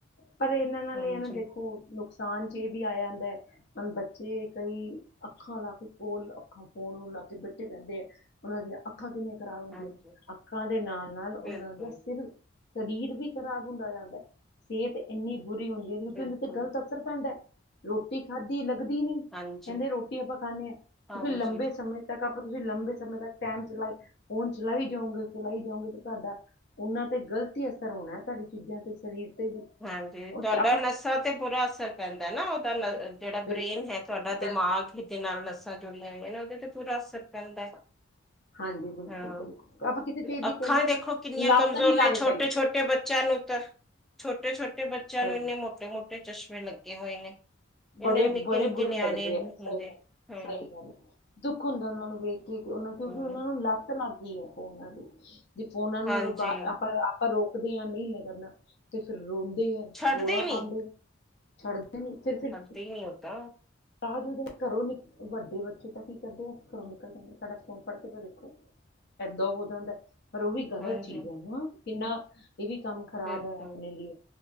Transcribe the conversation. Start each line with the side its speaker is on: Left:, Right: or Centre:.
Left: ਪਰ ਇਹਨਾਂ ਨਾਲ
Centre: ਹਾਂਜੀ
Left: ਹਨ ਨਾ ਦੇਖੋ ਨੁਕਸਾਨ ਚ ਇਹ ਵੀ ਆਇਆ ਹੁੰਦਾ ਹੈ। ਹੂਣ ਬੱਚੇ ਕਈ ਅੱਖਾਂ ਲਾ ਕੇ ਫੋਲ ਅੱਖਾਂ ਫੋਨ ਨੂੰ ਲਾ ਕੇ ਬੈਠੇ ਰਹਿੰਦੇ ਹੈਂ। ਉਹਨਾਂ ਦੀਆਂ ਅੱਖਾਂ ਕਿੰਨੀਆਂ ਖ਼ਰਾਬ ਹੁੰਦੀਆਂ।
Centre: ਹਾਂਜੀ
Left: ਅੱਖਾਂ ਦੇ ਨਾਲ ਨਾਲ ਉਹਨਾਂ
Centre: ਬਿਲਕੁਲ
Left: ਦਾ ਸਿਰ। ਸਰੀਰ ਵੀ ਖ਼ਰਾਬ ਹੁੰਦਾ ਜਾਂਦਾ ਸਿਹਤ ਇੰਨੀ ਬੁਰੀ ਹੁੰਦੀ ਕਿਉਂਕਿ
Centre: ਬਿਲਕੁਲ
Left: ਉਹਦੇ ਤੇ ਗਲਤ ਅਸਰ ਪੈਂਦਾ ਰੋਟੀ ਖਾਧੀ ਲੱਗਦੀ ਨੀ।
Centre: ਹਾਂਜੀ
Left: ਕਹਿੰਦੇ ਰੋਟੀ ਆਪਾਂ ਖਾਂਦੇ ਹਾਂ ਕਿਉਂਕਿ
Centre: ਹਾਂਜੀ
Left: ਲੰਬੇ ਸਮੇਂ ਤੱਕ ਆਪਾਂ ਤੁਸੀਂ ਲੰਬੇ ਸਮੇਂ ਤੱਕ ਟਾਈਮ ਚਲਾਈ ਫੋਨ ਚਲਾਈ ਜਾਓਗੇ ਚਲਾਈ ਜਾਓਗੇ। ਤੁਹਾਡਾ ਉਹਨਾਂ ਤੇ ਗ਼ਲਤੀ ਅਸਰ ਹੋਣਾ ਹੈ ਤੁਹਾਡੇ ਚੀਜ਼ਾਂ ਤੇ ਸਰੀਰ ਤੇ ਵੀ
Centre: ਹਾਂਜੀ
Left: ਉਹ
Centre: ਤੁਹਾਡਾ
Left: ਆਪਾਂ
Centre: ਨਸ਼ਾਂ ਤੇ ਬੁਰਾ ਅਸਰ ਪੈਂਦਾ ਨਾ ਉਹਦਾ ਨ। ਜਿਹੜਾ
Left: ਬਿਲਕੁਲ
Centre: ਬ੍ਰੇਨ ਹੈ ਤੁਹਾਡਾ,
Left: ਬਿਲਕੁਲ
Centre: ਦਿਮਾਗ ਦੇ ਨਾਲ ਨਸਾਂ ਜੁੜੀਆਂ ਹੋਈਆਂ ਨੇ, ਉਹਦੇ ਤੇ ਪੂਰਾ ਅਸਰ ਪੈਂਦਾ ਹੈ।
Left: ਹਾਂਜੀ ਬਿਲਕੁਲ
Centre: ਹਾਂ,
Left: ਬਿਲਕੁਲ ਆਪਾਂ ਕਿਸੇ ਚੀਜ਼ ਦੀ
Centre: ਅੱਖਾਂ
Left: ਕਹਿੰਦੇ
Centre: ਦੇਖੋ ਕਿੰਨੀਆਂ
Left: ਲੱਤ
Centre: ਕਮਜ਼ੋਰ
Left: ਨਹੀਂ ਲਾਣੀ
Centre: ਨੇ ਛੋਟੇ-ਛੋਟੇ
Left: ਚਾਹੀਦੀ
Centre: ਬੱਚਿਆਂ ਨੂੰ ਤਾਂ, ਛੋਟੇ-ਛੋਟੇ ਬੱਚਿਆਂ
Left: ਸਹੀ
Centre: ਨੂੰ ਇੰਨੇ
Left: ਹੈ।
Centre: ਮ੍ਹੋਟੇ-ਮ੍ਹੋਟੇ ਚਸ਼ਮੇ ਲੱਗੇ ਹੋਏ ਨੇ।
Left: ਬੜੇ,
Centre: ਇੰਨੇ ਨਿੱਕੇ-ਨਿੱਕੇ
Left: ਬੜੇ ਬੁਰੇ
Centre: ਨਿਆਣੇ
Left: ਲੱਗਦੇ ਐ, ਸਹੀ
Centre: ਹੁੰਦੇ
Left: ਗੱਲ,
Centre: ਹੂੰ-ਹੂੰ,
Left: ਸਹੀ ਗੱਲ, ਦੁੱਖ ਹੁੰਦਾ ਉਹਨਾਂ ਨੂੰ ਵੇਖ ਉਹ, ਕਿਉਂਕਿ
Centre: ਹੂੰ।
Left: ਉਹਨਾਂ ਨੂੰ ਲੱਤ ਲੱਗ ਗਈ ਹੈ ਫੋਨਾ ਦੀ, ਜੇ ਫੋਨਾ ਨੂੰ
Centre: ਹਾਂਜੀ,
Left: ਰੁਕਾ ਆਪਾਂ ਆਪਾਂ ਰੋਕਦੇ ਆਂ, ਨਹੀਂ ਲੈ ਕਰਨਾ ਤੇ ਫਿਰ ਰੋਂਦੇ ਆ।
Centre: ਛੱਡਦੇ
Left: ਰੋਲਾ
Centre: ਨੀ
Left: ਪਾਂਦੇ, ਛੱਡਦੇ ਨੀ ਫਿਰ-ਫਿਰ
Centre: ਤੇ ਮ੍ਹੋਟਾ
Left: ਰਾ ਜਦੋਂ ਘਰੋਂ ਨੀ, ਵੱਡੇ ਬੱਚੇ ਤਾਂ ਕੀ ਕਰਦੇ ਆ ਘਰੋਂ ਨਿਕਲ ਜਾਂਗੇ ਸਾਡਾ ਫੋਨ ਫੜਕੇ ਤਾਂ ਦੇਖੋ। ਏਦੋ ਹੋ ਜਾਂਦਾ। ਪਰ ਉਹ ਵੀ ਗ਼ਲਤ
Centre: ਹਾਂਜੀ,
Left: ਚੀਜ਼ ਐ ਨਾ, ਕਿੰਨਾ ਇਹ ਵੀ ਕੰਮ ਖ਼ਰਾਬ
Centre: ਬਿਲਕੁਲ
Left: ਐ, ਆਪਣੇ ਲੀਏ,